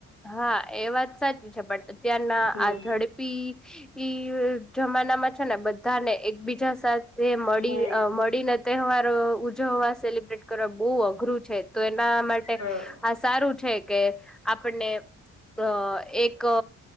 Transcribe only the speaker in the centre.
હા એ વાત સાચી છે. પણ અત્યારના
આ ઝડપી ઈ જમાનામાં છે ને બધ બધાને એકબીજા સાથે મળી
અ મળીને તહેવાર ઉજવવા, સેલિબ્રેટ કરવા બહુ અઘરું છે તો એના માટે
આ સારું છે કે આપ આપણને અ એક ક